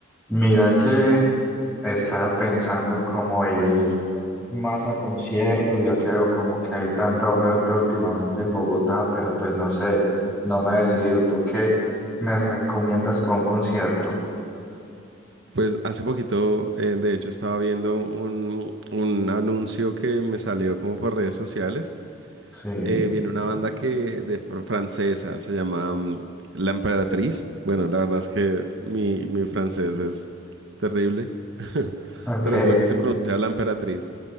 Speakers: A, in the centre; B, on the right (about 65°).
A: Mira que estaba pensando cómo ir más a conciertos, ya que veo como que hay tanta oferta últimamente en Bogotá, pero pues no sé, no me he decidido. ¿Tú qué me recomiendas para un concierto?
B: Pues hace poquito, eh, de hecho, estaba viendo un, un anuncio que me salió como por redes sociales.
A: Sí,
B: Eh, viene una banda que de fr- francesa, se llama mm, La Emperatriz. Bueno, la verdad es que mi, mi francés es terrible, <laughs>
A: ok,
B: pero creo que se pronuncia La Emperatriz.